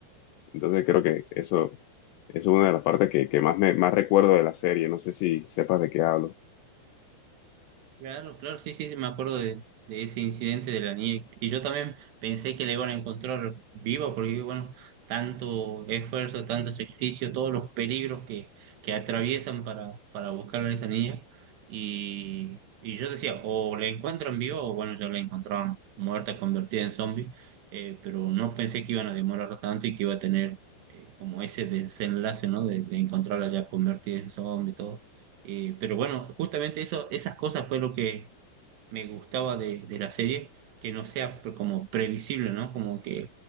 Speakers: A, on the left; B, on the right.
A: Entonces creo que eso, eso es una de las partes que, que más me, más recuerdo de la serie. No sé si sepas de qué hablo.
B: Claro, claro, sí, sí, sí, me acuerdo de, de ese incidente de la niña. Y yo también pensé que la iban a encontrar viva, porque bueno, tanto esfuerzo, tanto sacrificio, todos los peligros que, que atraviesan para, para buscar a esa niña. Y, y yo decía, o la encuentran viva, o bueno, ya la encontraban muerta, convertida en zombie. Eh, pero no pensé que iban a demorar tanto y que iba a tener eh, como ese desenlace, ¿no? De, de encontrarla ya convertida en zombie y todo. Eh, pero bueno, justamente eso, esas cosas fue lo que me gustaba de, de la serie, que no sea pre- como previsible, ¿no? Como que